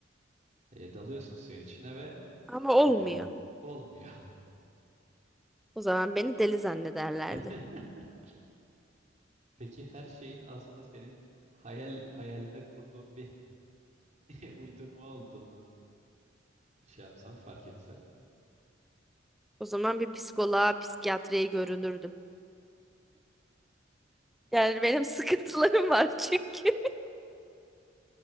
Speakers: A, on the right; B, in the centre.
A: Ee, dalıyorsun suyun içine ve
B: Ama olmuyor.
A: e, olmuyor.
B: O zaman beni deli zannederlerdi.
A: <laughs> Peki her şeyin aslında senin hayal hayalinde kurduğun bir <laughs> uydurma olduğunu şey yapsan fark etsen.
B: O zaman bir psikoloğa, psikiyatriye görünürdüm. Yani benim sıkıntılarım var çünkü.